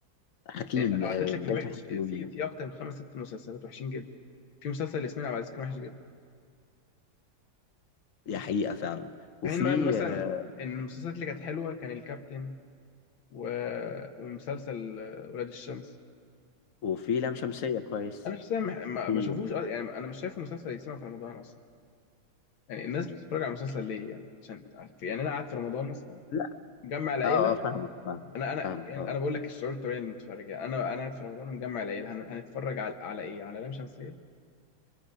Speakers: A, on the left; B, on the left.
A: حكيم
B: يعني لو
A: آه،
B: عدت لك
A: باشا
B: الوحش
A: حكيم
B: في في اكتر من خمس ست مسلسلات وحشين جدا في مسلسل ياسمين عبد العزيز كان وحش
A: دي حقيقة فعلا وفي
B: في حين بقى إن مثلا
A: آه،
B: ان المسلسلات اللي كانت حلوه كان الكابتن و... ومسلسل آه، ولاد الشمس
A: وفي لام شمسية كويس
B: انا شخصيا ما ما-
A: وفي
B: ما شافوش أص- يعني انا مش شايفه مسلسل يتسمع في رمضان اصلا يعني الناس بتتفرج على المسلسل ليه يعني عشان يعني انا قاعد في رمضان مثلا
A: لا
B: مجمع العيله
A: اه اه فاهمك فاهمك
B: انا انا
A: فاهمك
B: يعني
A: اه
B: انا بقول لك الشعور الطبيعي للمتفرج يعني انا انا قاعد في رمضان مجمع العيله هن... هنتفرج على على ايه على لام شمسيه